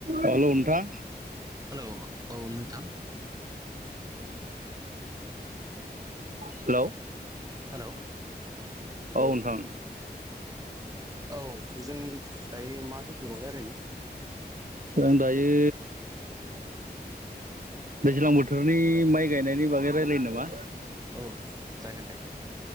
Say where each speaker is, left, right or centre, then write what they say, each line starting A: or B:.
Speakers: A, on the right (about 50°); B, on the right (about 20°).
A: हेल' नोंथां!
B: हेल' औ नोंथां।
A: हेलौ?
B: हेलौ?
A: औ नोंथां।
B: औ जों दायो मा टपिकआव लायरायनो?
A: जों दायो दैज्लां बोथोरनि माइ गायनायनि बागै रायलायनो नामा? <inaudible>
B: औ जागोन दे